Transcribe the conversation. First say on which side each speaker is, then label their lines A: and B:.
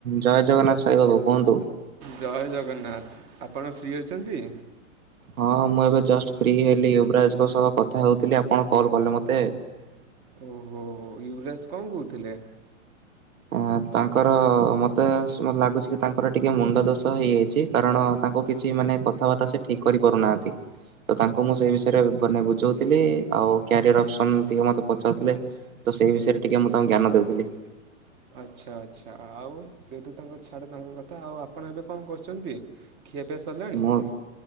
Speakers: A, on the right; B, on the right.
A: ଜୟ ଜଗନ୍ନାଥ ସାଇ ବାବୁ କୁହନ୍ତୁ।
B: ଜୟ ଜଗନ୍ନାଥ ଆପଣ ଫ୍ରି ଅଛନ୍ତି।
A: ହଁ ମୁଁ ଏବେ ଜଷ୍ଟ ଫ୍ରି ହେଲି ଉବରାଜ ସହ କଥା ହଉଥିଲି ଆପଣ କଲ କଲେ ମତେ।
B: ଓ ହୋ। ୟୁବରାଜ କଣ କହୁଥିଲେ
A: ଅଁ ତାଙ୍କର ମୋତେ ମତେ ଲାଗୁଛି କି ତାଙ୍କର ଟିକିେ ମୁଣ୍ଡ ଦୋଷ ହେଇଯାଇଛି କାରଣ ତାଙ୍କୁ କିଛି ମାନେ କଥାବାର୍ତ୍ତା ସେ ଠିକ୍ କରିପାରୁନାହାନ୍ତି ତ ତାଙ୍କୁ
B: ଓହୋ
A: ମୁଁ ସେଇ ବିଷୟରେ ମାନେ ବୁଝୋଉଥିଲି ଆଉ କ୍ୟାରିୟର ଅପ୍ସନ ଟିକେ ମତେ ପଚାରୁଥିଲେ। ତ ସେଇ ବିଷୟରେ ଟିକେ ମୁଁ ତାଙ୍କୁ ଜ୍ଞାନ ଦେଉଥିଲି।
B: ଆଚ୍ଛା ଆଚ୍ଛା ଆଉ ସେ ତ ତାଙ୍କ ଛାଡ ତାଙ୍କ କଥା ଆଉ ଆପଣ ଏବେ କଁ କରୁଛନ୍ତି? ଖିଆ ପିଆ ସରିଲା।
A: ସ୍ରୋଗ୍